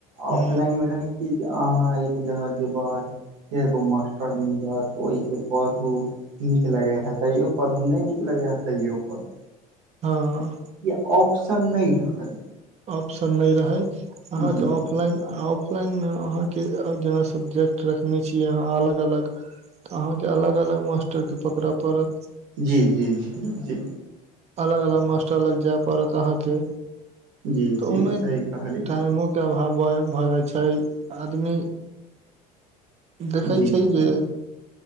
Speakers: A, on the right (about 35°); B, on the right (about 80°).
A: ह
B: ऑफलाइनमे रहैत। क जे आहाँ एक जगह के बाद? एगो मास्टर मिलत ओहि सँ पढ़ू नीक लगे हे तैयो। पढू नै नीक लगेै हेँ तइयो पड़ू।
A: हँ।
B: या ऑप्शन नै रहल।
A: ऑप्शन नै रहे आहाँके
B: जी
A: ऑफलाइन ऑफ। लाइन मे अहाँके जेना सब्जेक्ट रखने छियै आहाँ अलग -अलग। तऽ आहाँके अलग- अलग मास्टर के पकड़य पड़त।
B: जी, जी, जी, जी
A: अलग- अलग मास्टर लग जाय पड़त अहाँके
B: जी
A: तऽ
B: जी
A: ओयमे
B: सही कहली
A: टाइमो। <unintelligible> भाव भऽ जाय छै आदमी देखै
B: जी
A: छै
B: जी
A: जे।